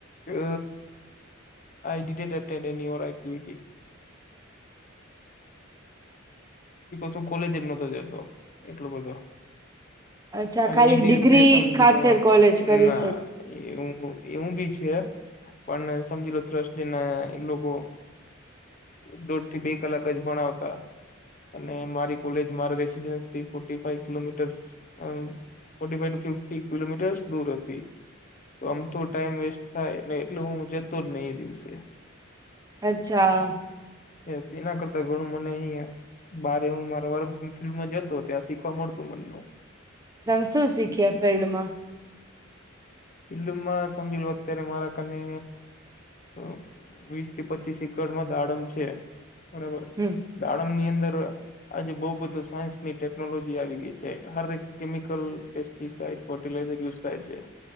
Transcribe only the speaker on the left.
અ આઈટી ટેટ એનીર્ટિવિટી શું કોલેજ જ નતો જતો એટલો બધો
અને
એ દિવસે
સમજી
લોના
એવું એવું બી છે પણ સમજી લો ત્રસ્ટના એ લોકો દોઢ થી બે કલાક જ ભણાવતા અને મારી કોલેજ મારા રેસીડેન્સથી ફોર્ટિ ફાઈવ કિલોમીટર્સ હમ્મ forty five two fifty kilometres દૂર હતી તો આમ તો ટાઈમ વેસ્ટ થાયને એટલે હું જતો જ નહી એ દિવસે
એસ એના કરતા ઘણું મને અહીંયા બારે હું મારા વર્ક ફિલ્ડમાં જતો ત્યાં શીખવા મળતું મને હમ્મ
ફિલ્ડમાં સમજી લો અત્યારે મારા કને તો વીસ થી પચીસ એકર માં દાડમ છે બરાબર
દાડમ ની અંદર આજે બઉ બધું સાયન્સની ટેકનોલોજી આવી ગઈ છે હરેક કેમિકલ પેસ્ટિસાઈડ ફર્ટિલાઈઝર યુઝ થાય છે